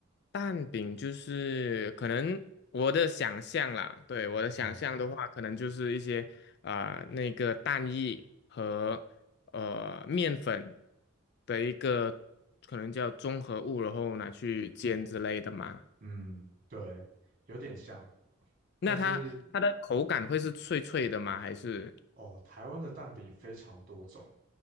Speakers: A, on the left (about 55°); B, on the right (about 45°).
A: 蛋饼就是可能我的想象啦，对，我的想象的话，
B: 嗯
A: 可能就是一些啊、呃那个蛋液和呃面粉的一个可能叫综合物，然后拿去煎之类的嘛。
B: 嗯，对，有点像，
A: 那它它的口感会是脆脆的吗？
B: 但是
A: 还是
B: 哦，台湾的蛋饼非常多种。